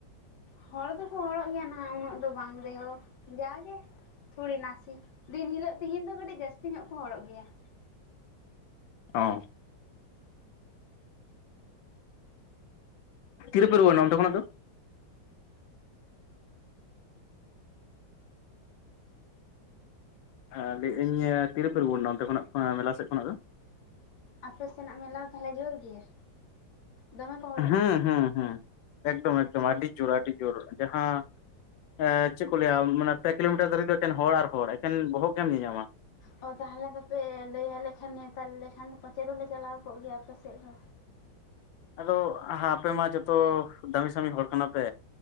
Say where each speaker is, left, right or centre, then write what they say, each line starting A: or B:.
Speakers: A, on the left; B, on the left.
A: ᱦᱚᱲ ᱫᱚᱠᱚ ᱦᱚᱲᱚᱜ ᱜᱮᱭᱟ ᱱᱟᱦᱟᱜ ᱩᱱᱟᱹᱜ ᱫᱚ ᱵᱟᱝ ᱨᱮᱦᱚᱸ ᱾ ᱡᱟᱜᱮ ᱛᱷᱩᱲᱤ ᱱᱟᱥᱤ ᱫᱤᱱ ᱦᱤᱞᱳᱜ ᱛᱤᱦᱤᱧ ᱫᱚ ᱠᱟᱹᱴᱤᱡ ᱡᱟᱹᱥᱛᱤ ᱧᱚᱜ ᱠᱚ ᱦᱚᱲᱚᱜ ᱜᱮᱭᱟ ᱾
B: ᱚ, ᱛᱤᱨᱮ ᱯᱮ ᱨᱩᱭᱟᱲ ᱮᱱᱟ ᱚᱱᱛᱮ ᱠᱷᱚᱱᱟᱜ ᱫᱚ? ᱦᱮᱸ ᱞᱟᱹᱭᱮᱫᱟᱹᱧ ᱛᱤᱨᱮᱯᱮ ᱨᱜᱟᱹᱲᱱᱟ ᱚᱱᱛᱮ ᱠᱷᱚᱱᱟᱜ ᱢᱮᱞᱟ ᱥᱮᱫ ᱠᱷᱚᱱᱟᱜ ᱫᱚ?
A: ᱟᱯᱮ ᱥᱮᱱᱟᱜ ᱢᱮᱞᱟ ᱫᱚ ᱛᱟᱦᱚᱞᱮ ᱡᱷᱳᱨ ᱜᱮᱭᱟ? ᱫᱚᱢᱮ ᱠᱚ ᱦᱚᱲᱚᱜᱼᱟ
B: ᱦᱮᱸ ᱦᱮᱸ ᱦᱮᱸ ᱮᱠᱫᱚᱢ ᱮᱠᱫᱚᱢ ᱟᱹᱰᱤ ᱡᱳᱨ ᱟᱹᱰᱤ ᱡᱳᱨ ᱡᱟᱦᱟᱸ ᱮᱸ ᱪᱮᱫ ᱠᱚ ᱞᱟᱹᱭᱟ ᱢᱟᱱᱮ ᱯᱮ ᱠᱤᱞᱳᱢᱤᱴᱟᱨ ᱫᱷᱟᱨᱤᱡ ᱫᱚ ᱮᱠᱮᱱ ᱦᱚᱲ ᱟᱨ ᱦᱚᱲ ᱮᱠᱮᱱ ᱵᱚᱦᱚᱜ ᱜᱮᱢ ᱧᱮᱧᱟᱢᱟ
A: ᱚ ᱛᱟᱦᱞᱮ ᱫᱚᱯᱮ ᱞᱟᱹᱭᱟᱞᱮ ᱠᱷᱟᱱ ᱱᱮᱣᱛᱟ ᱞᱮᱠᱷᱟᱱ ᱯᱟᱪᱮ ᱫᱚᱞᱮ ᱪᱟᱞᱟᱣ ᱠᱚᱜ ᱜᱮᱭᱟ ᱟᱯᱮ ᱥᱮᱫ ᱫᱚ
B: ᱟᱫᱚ ᱟᱯᱮ ᱢᱟ ᱡᱚᱛᱚ ᱫᱟᱹᱢᱤᱻᱥᱟᱢᱤ ᱦᱚᱲ ᱠᱟᱱᱟ ᱯᱮ